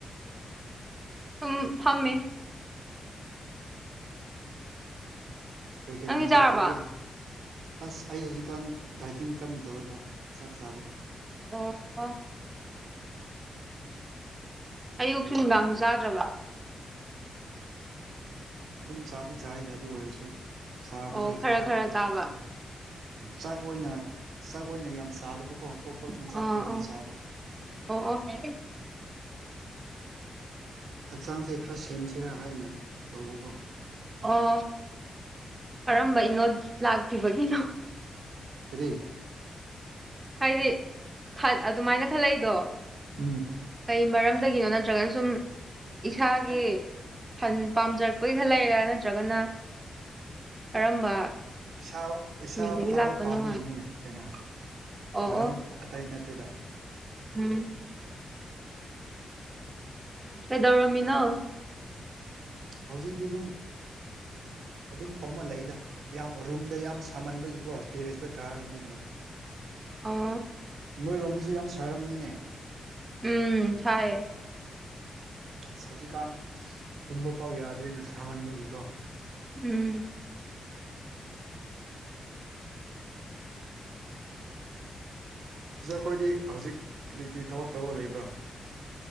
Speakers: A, on the right (about 20°); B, on the right (about 85°).
A: ꯁꯨꯝ ꯐꯝꯃꯤ
B: ꯀꯩ ꯀꯩ
A: ꯅꯪꯗꯤ
B: ꯃꯊꯦꯜ
A: ꯆꯥꯔꯕꯣ
B: ꯇꯧꯔꯒꯦ ꯑꯁ ꯑꯩ ꯍꯧꯖꯤꯛꯀꯥꯟ ꯗꯥꯏꯇꯤꯡ ꯀꯟ ꯇꯧꯑꯕ ꯆꯥꯛ ꯆꯥꯗꯦ
A: ꯑꯣ ꯑꯌꯨꯛꯁꯨ ꯅꯨꯡꯗꯥꯡꯁꯨ ꯆꯥꯗ꯭ꯔꯕ
B: ꯑꯗꯨꯝ ꯆꯥꯗꯤ ꯆꯥꯔꯤꯗ ꯑꯗꯨ ꯑꯣꯏꯔꯁꯨ ꯆꯥꯕꯗ
A: ꯑꯣ
B: ꯍꯧꯖꯤꯛꯀꯥꯟ
A: ꯈꯔ ꯈꯔ ꯆꯥꯕ
B: ꯆꯥꯛ ꯑꯣꯏꯅ ꯆꯥꯛ ꯑꯣꯏꯅ ꯌꯥꯝ ꯆꯥꯗꯕꯀꯣ ꯑꯇꯣꯞꯄ ꯆꯤꯟ ꯆꯥꯛ
A: ꯑꯥ
B: ꯑꯣꯏꯅ
A: ꯑꯥ
B: ꯆꯥꯕ
A: ꯑꯣ ꯑꯣꯦ
B: ꯍꯛꯆꯥꯡꯁꯦ ꯈꯔ ꯁꯦꯝꯁꯤꯔꯥ ꯍꯥꯏꯅ ꯇꯧꯕꯀꯣ
A: ꯑꯣ ꯀꯔꯝꯕꯩꯅꯣ ꯂꯥꯛꯈꯤꯕꯒꯤꯅꯣ
B: ꯀꯔꯤ
A: ꯍꯥꯏꯗꯤ ꯑꯗꯨꯃꯥꯏꯅ ꯈꯜꯂꯛꯏꯗꯣ
B: ꯎꯝ
A: ꯀꯩ ꯃꯔꯝꯗꯒꯤꯅꯣ ꯅꯠꯇ꯭ꯔꯒꯅ ꯁꯨꯝ ꯏꯁꯥꯒꯤ ꯐꯟ ꯄꯥꯝꯖꯔꯛꯄꯩ ꯈꯜꯂꯛꯏꯔ ꯅꯠꯇ꯭ꯔꯒꯅ ꯀꯔꯝꯕ
B: ꯏꯁꯥ ꯏꯁꯥ
A: ꯃꯤꯗꯒꯤ
B: ꯐꯕ
A: ꯂꯥꯛꯄꯅꯣ
B: ꯄꯥꯝꯕꯒꯤꯅꯤꯅꯦ
A: ꯍꯥꯏꯕ
B: ꯀꯩꯅꯣ
A: ꯑꯣ
B: ꯃꯔꯝ
A: ꯑꯣ
B: ꯑꯇꯩ ꯅꯠꯇꯦꯗ
A: ꯎꯝ ꯀꯩꯗꯧꯔꯝꯃꯤꯅꯣ
B: ꯍꯧꯖꯤꯛꯇꯤ ꯑꯗꯨꯝ ꯑꯗꯨꯝ ꯐꯝꯃ ꯂꯩꯗ ꯌꯥꯝ ꯔꯨꯝꯗ ꯌꯥꯝ ꯁꯥꯃꯟꯕꯒꯤꯀꯣ ꯇꯦꯔꯦꯁꯇ ꯀꯥꯔꯒ ꯑꯗꯨꯝ ꯂꯩ
A: ꯑꯣ
B: ꯅꯣꯏꯔꯣꯝꯗꯁꯨ ꯌꯥꯝ ꯁꯥꯔꯝꯅꯤꯅꯦ
A: ꯎꯝ ꯁꯥꯌꯦ
B: ꯑꯁ ꯍꯧꯖꯤꯛꯀꯥꯟ ꯇꯨꯝꯕ ꯐꯥꯎ ꯌꯥꯗꯔ꯭ꯦꯅꯦꯀꯣ ꯁꯥꯍꯟꯕꯒꯤꯀꯣ
A: ꯎꯝ
B: ꯁꯤꯁꯇꯔ ꯈꯣꯏꯗꯤ ꯍꯧꯖꯤꯛ ꯀꯔꯤ ꯀꯔꯤ ꯊꯕꯛ ꯇꯧꯔ ꯂꯩꯕ꯭ꯔꯥ